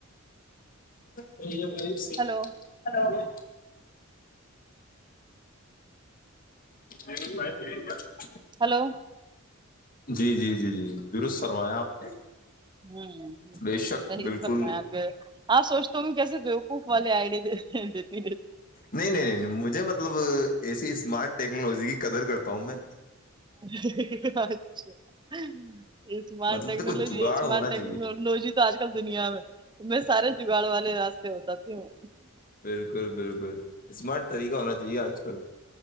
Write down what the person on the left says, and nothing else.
صحیح ہے بھائ
یلو د بھائی د کیا <unintelligible>
جی جی جی جی درست سروایا آپ نے
بے شک
بلکل
نہیں نہیں نہیں مجھے مطلب ایسی اسمارٹ ٹیکنالوجی کی قدر کرتا ہوں میں
مطلب
تو کچھ جگاڑ
ہونا
چاہیے
بلکل بلکل اسمارٹ طریقہ ہونا چاہیے آج کل